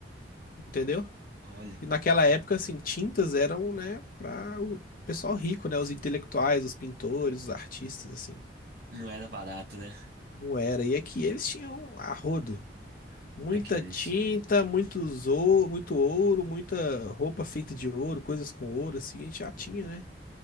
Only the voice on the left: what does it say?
entendeu?
E naquela época, assim, tintas eram, né, para o pessoal rico, né? Os intelectuais, os pintores, os artistas, assim.
Não era. E é que eles tinham a rodo. Muita
tinta,
muitos ou, muito ouro, muita roupa feita de ouro, coisas com ouro, assim, a gente já tinha, né?